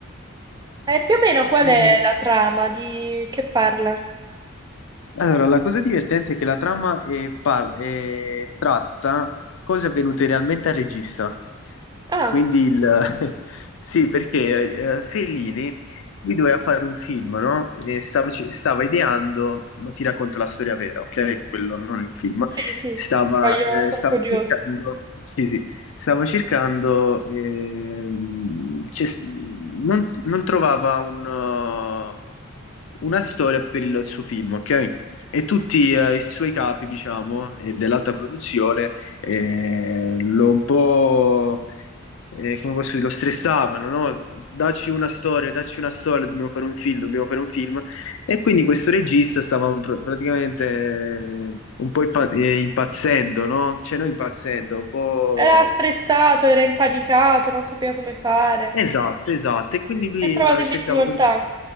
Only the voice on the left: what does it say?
e-
Allora, la cosa divertente è che la trama è par- è- tratta cose avvenute realmente al regista.
Quindi il... <laughs> sì, perché eh, Fellini lui doveva fare un film, no? E stava, ci- stava ideando, ma ti racconto la storia vera, ok? Quello non il film.
Stava,
eh,
stava
cercando, sì, sì, stava cercando, ehm, c'è- non, non trovava un, eh, una storia per il suo film, ok? E tutti eh, i suoi capi, diciamo, eh, dell'alta produzione, eh, lo un po', eh, come posso dire, lo stressavano, no? Dacci una storia, dacci una storia, dobbiamo fare un film, dobbiamo fare un film. E quindi questo regista stava pr- praticamente eh, un po' impa- eh, impazzendo, no? Cioè, non impazzendo, un po'...
Esatto, esatto. E quindi lui
eh,
cercava...
con-